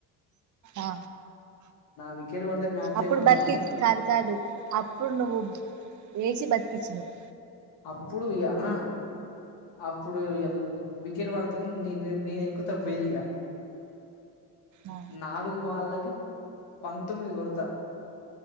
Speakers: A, on the right; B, on the left.
A: ఆ
B: వికెట్ పడితే మ్యాచ్
A: అప్పుడు
B: అయిపోతది
A: బతికి
B: అంటే
A: కాదు కాదు అప్పుడు నువ్వు యేసి బతికిచ్చినవ్
B: అప్పుడు ఇక హ అప్పుడు వికెట్ పడతది నే నేను ఎక్కుత పోయి ఇక
A: ఆ
B: నాలుగు బాల్ల కి పంతొమ్మిది కొడతా